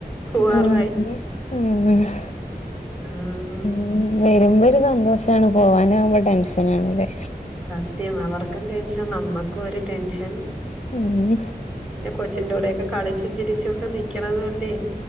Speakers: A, in the centre; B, on the left.
A: പൂവാറായി
B: ആഹ് ആഹ്
A: ആഹ്.
B: ഉം വെരുമ്പോരു സന്തോഷാണ് പോവാനാകുമ്പോ ടെൻഷനാണല്ലേ.
A: സത്യം അവർക്കും ടെൻഷൻ നമ്മക്കും ഒരു ടെൻഷൻ.
B: ഉം.
A: ന്റ കൊച്ചിന്റോടെക്കെ കളിച്ചും ചിരിച്ചും ഒക്കെ നിക്കണത്കൊണ്ടേ.